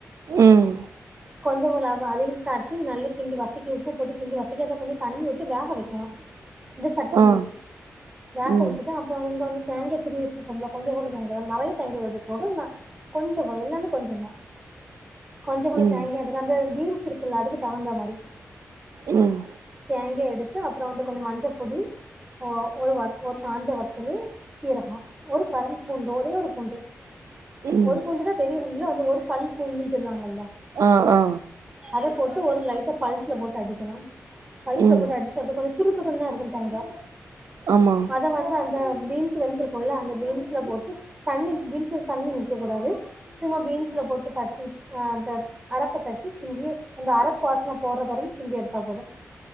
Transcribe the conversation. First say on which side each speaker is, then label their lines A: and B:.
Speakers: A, on the right; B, on the right.
A: ம்
B: கொஞ்சோ போல அவ் அதையு காட்டி நல்ல கிண்டி வசிக்கி உப்பு போட்டு கிண்டி வசக்கி அதை கொஞ்சோ தண்ணி விட்டு வேக வைக்கணு இந்த சட்டிலே
A: ஆ
B: வேக
A: ம்
B: வச்சுட்டு அப் அப்புறோ அங்க வந்து தேங்கா திருவி வச்சிருப்போம்ல கொஞ்சோனு தேங்கா நெறையா தேங்க மட்டு போதும்னா கொஞ்சோ போல எல்லாமே கொஞ்சந்தா கொஞ்சோகுள்ள
A: ம்
B: தேங்கா அது வந்து பீன்ஸ் இருக்குல்ல அதுக்கு தகுந்த மாரி
A: ம்
B: தேங்க எடுத்து அப்றோ வந்து கொஞ்சோ மஞ்ச பொடி ஓ ஒரு வா ஒரு காஞ்ச வத்தலு சீரகோ ஒரு பரன் பூண்டு ஒரே ஒரு பூண்டு
A: ம்
B: ஒரு பூண்டுதா பெரிய புண்ல வந்து ஒரு பல் பூண்டுனு சொல்லுவாங்ல்ல
A: ஆ ஆ
B: அத போட்டு ஒரு லைட்ட பல்ஸ்ல போட்டு அடிக்கணு பல்ஸ்ல
A: ம்
B: போட்டு அடிச்சு அப்டியே கொஞ்சோ துரு துரு தா இருக்கு தேங்கா
A: ஆமா
B: அத வந்து அந்த பீன்ஸ் வெந்திருக்கும்ல அந்த பீன்ஸ்ல போட்டு தண்ணி பீன்ஸ்ல தண்ணி நிக்க கூடாது சில பீன்ஸ்ல போட் ட்டு தட்டிட்டு அ அந்த அரப்பு தட்டி கிண்டி அந்த அரப்பு வாசன போறது வரைக்கு கிண்டி எடுத்தா போது